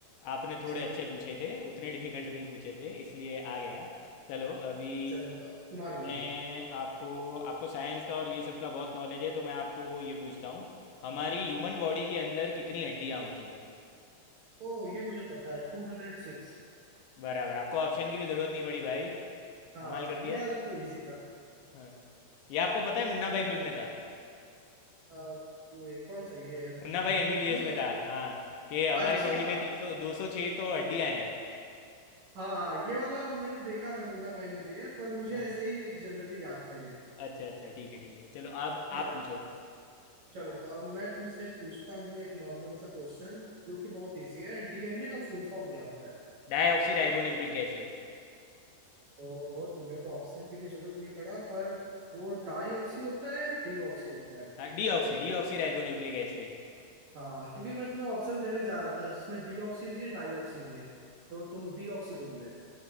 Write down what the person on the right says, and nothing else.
सेवन
सेवन पाओ, तुम्हारी बारी
ओ ये मुझे पता है टू हंड्रेड सिक्स
हाँ
ये
वाला तो इजी था
आ, ये कौन सा है? ये ह्यूमन
बॉडी वाला
अच्छा
हाँ हाँ ये वाला मैंने देखा था मुन्ना भाई में भी है पर मुझे
ऐसे ही जनरली याद था ये
<clears throat> हाँ,
चलो तो अब मैं तुमसे पूछता हूँ एक नॉर्मल सा क्वेश्चन जो कि बहुत इजी है डीएनए का फुल फॉर्म क्या होता है
ओहो तुम्हें तो ऑप्शन की भी जरूरत नहीं पड़ा पर वो डाईऑक्सी होता है डीऑक्सी होता है
हाँ क्योंकि मैं तुम्हें ऑप्शन देने जा रहा था जिसमें डीऑक्सी भी है डाईऑक्सी भी है तो तुम डीऑक्सी बोल रहे हो।